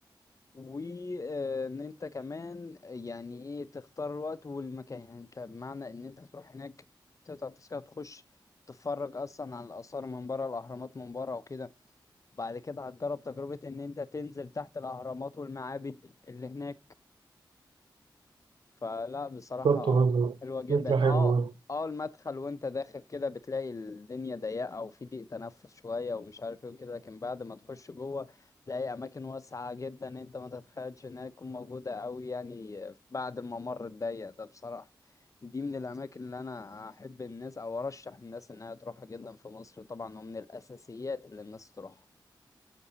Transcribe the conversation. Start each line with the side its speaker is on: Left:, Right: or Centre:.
Left: وان انت كمان يعني ايه تختار الوقت والمكان يعني انت بمعنى ان انت هتروح هناك تقطع تذكرة تخش تتفرج اصلا على الاثار من بره الاهرامات من بره وكده بعد كده هتجرب تجربة ان انت تنزل تحت الاهرامات والمعابد اللي هناك فلا بصراحة
Right: بالظبط برضه
Left: حلوة جدا
Right: فكره حلوه
Left: اه
Right: برضه.
Left: اه المدخل وانت داخل كده بتلاقي الدنيا ضيقة وفي ضيق تنفس شوية ومش عارف ايه وكده لكن بعد ما تخش جوه تلاقي أماكن واسعة جدا انت ما تتخيلش انها تكون موجودة أوي يعني بعد الممر الضيق ده بصراحة دي من الأماكن اللي أنا أحب الناس أو أرشح الناس إنها تروحها جدا في مصر طبعا ومن الأساسيات اللي الناس تروحها